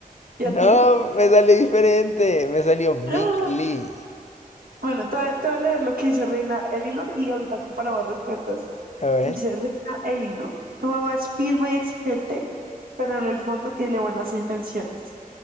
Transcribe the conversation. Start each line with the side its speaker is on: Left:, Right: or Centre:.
Right: ¿Y
Left: No,
Right: a ti?
Left: me salió diferente. Me salió Ming
Right: <gasps> ¡Ah!
Left: Lee.
Right: Bueno, te voy a te voy a leer lo que dice Reina Elinor y ahorita comparamos respuestas.
Left: A ver.
Right: Dice Reina Elinor, tu mamá es firme y exigente, pero en el fondo tiene buenas intenciones.